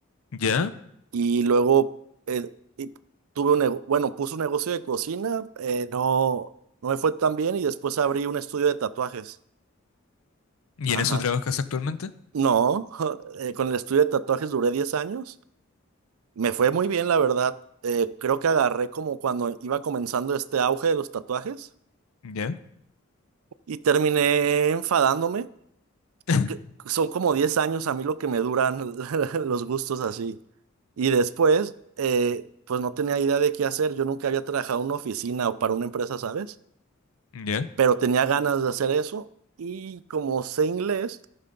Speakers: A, on the left; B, on the right.
A: ya.
B: y luego eh, y tuve un, nego- bueno, puse un negocio de cocina, eh, no, no me fue tan bien y después abrí un estudio de tatuajes.
A: ¿Y en
B: Ajá.
A: eso trabajas actualmente?
B: No, <laughs> eh, con el estudio de tatuajes duré 10 años. Me fue muy bien, la verdad. Eh, creo que agarré como cuando iba comenzando este auge de los tatuajes
A: Ya,
B: y terminé enfadándome.
A: <laughs>
B: que- Son como 10 años a mí lo que me duran <laughs> los gustos así. Y después, eh, pues no tenía idea de qué hacer. Yo nunca había trabajado en una oficina o para una empresa, ¿sabes?
A: ya.
B: Pero tenía ganas de hacer eso y como sé inglés,